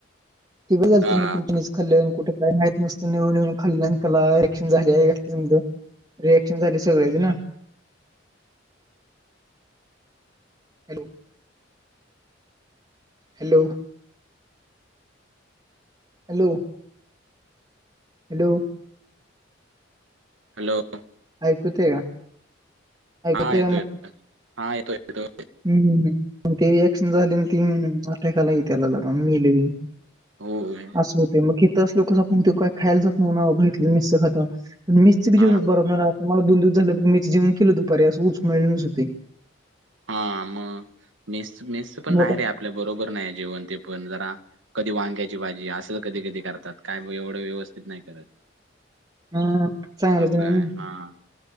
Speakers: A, on the right; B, on the right.
A: ते बघृ
B: हा
A: खल्ल्या कुठे काय माहत नसतं ननन खल्ल्याण त्याला रक्शन झाले आहे. रिएक्शन झाले सगळेच ना hello hello hello hello
B: hello.
A: ऐकूते का. ऐकूते
B: हा येतो येतोय हा येतो येतो.
A: हम् ते रिॲक्शन झाले आणि ती आटाकाला त्याला लगेले
B: होय
A: असं होते मग तरस लोकस आप ते काही खायला जात नव्ह ना बघितलं मिस खात मीच जीवण
B: हा
A: बबणार असं मला दोन दिवस झा मीच जव केलं दुपारी असं उच मिळस होते.
B: हा मग मेस् मेस्त पण
A: मग
B: नाही
A: आता
B: रे आपल्या बरोबर नाही जेवण ते पण जरा कधी वांग्याची भाजी असं कधी कधी करतात काय एवढं व्यवस्थित नाही करत.
A: हा चांगलं
B: असं
A: तु ना.
B: आहे हा